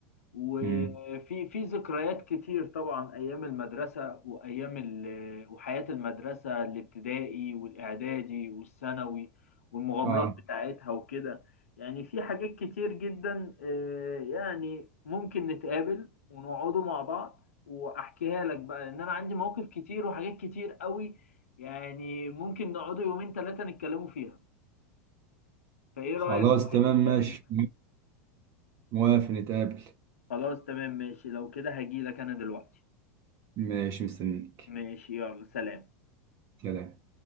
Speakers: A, on the left; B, on the right.
A: وفي
B: أمم.
A: في ذكريات كتير طبعا ايام المدرسه وايام ال- وحياه المدرسه الابتدائي والاعدادي والثانوي والمغامرات
B: اه
A: بتاعتها وكده يعني في حاجات كتير جدا آه، يعني ممكن نتقابل ونقعدوا مع بعض واحكيها لك بقى لان انا عندي مواقف كتير وحاجات كتير قوي يعني ممكن نقعدوا يومين ثلاثه نتكلموا فيها فايه رايك
B: خلاص
A: ممكن
B: تمام
A: نتقابل
B: ماشي موافق نتقابل
A: خلاص تمام ماشي لو كده هجيلك انا دلوقتي
B: ماشي مستنيك
A: ماشي يلا سلام
B: سلام